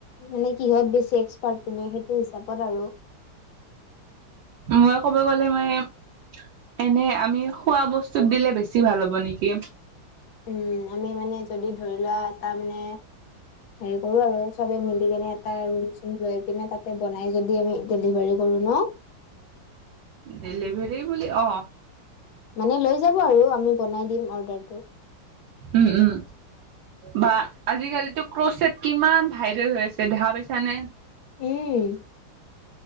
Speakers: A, on the left (about 80°); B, on the right (about 70°).
A: মানে কিহত বেছি এক্সপাৰ্ট তুমি সেইটো হিচাপত আৰু।
B: মই ক'ব গ'লে ময়ে এনে আমি খোৱা বস্তুত দিলে বেছি ভাল হ'ব নেকি।
A: উম, আমি মানে যদি ধৰি লোৱা তাৰমানে হেৰি কৰোঁ আৰু চবে মিলি কেনে এটা ৰুম চুম লৈ পিনে তাতে বনাই যদি আমি ডেলিভাৰী কৰোঁ ন'
B: ডেলিভাৰী বুলি, অ'।
A: মানে লৈ যাব আৰু আমি বনাই দিম অৰ্ডাৰটো।
B: উম, উম। বা আজিকালিতো ক্ৰচেট কিমান ভাইৰেল হৈ আছে দেখা পাইছানে?
A: উম।